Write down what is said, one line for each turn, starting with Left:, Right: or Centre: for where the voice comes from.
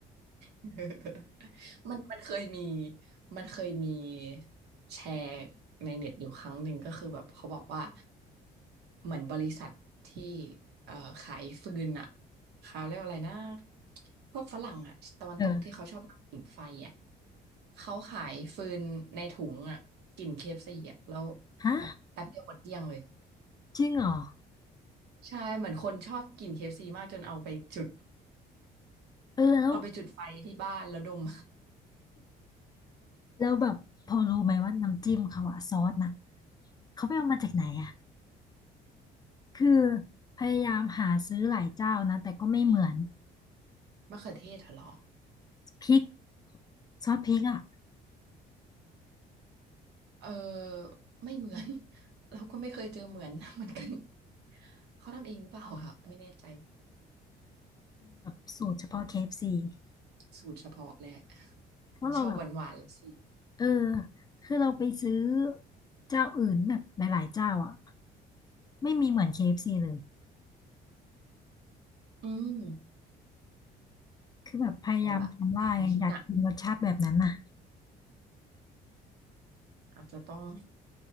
Right: <laughs> มันมันเคยมีมันเคยมีแชร์ในเน็ตอยู่ครั้งหนึ่งก็คือแบบเขาบอกว่าเหมือนบริษัทที่เอ่อขายฟืนอะเขาเรียกว่าอะไรนะพวกฝรั่งอะตะวันตกที่เขาชอบนั่งผิงไฟอะ
Left: เออ
Right: เขาขายฟืนในถุงอะกลิ่นเคเอฟซีอะแล้ว
Left: ฮะ
Right: แบบแป๊บเดียวหมดเกลี้ยงเลย
Left: จริงเหรอ
Right: ใช่เหมือนคนชอบกินเคเอฟซีมากจนเอาไปจุด
Left: เออแล้ว
Right: เอาไปจุดไฟที่บ้านแล้วดม
Left: แล้วแบบพอรู้ไหมว่าน้ำจิ้มเขาอะซอสน่ะเขาไปเอามาจากไหนอะคือพยายามหาซื้อหลายเจ้านะ แต่ก็ไม่เหมือน
Right: <laughs> มะเขือเทศเหรอ
Left: พริก ซอสพริกอ่ะ
Right: เออไม่เหมือน <laughs> เราก็ไม่เคยเจอเหมือน <laughs> เหมือนกันเขาทำเองหรือเปล่าค่ะไม่แน่ใจ
Left: แบบสูตรเฉพาะ KFC เอฟซี
Right: สูตรเฉพาะแหละ
Left: เพราะเราแบบ
Right: ชอบหวานหวานสิ
Left: เออคือเราไปซื้อเจ้าอื่นแบบหลายๆเจ้าอ่ะไม่มีเหมือน KFC เอฟซีเลย
Right: อืม
Left: คือแบบพยายามทำว่าไงอยากกินรสชาติแบบนั้นน่ะ
Right: เอาละอันนี้คิดหนักอาจจะต้อง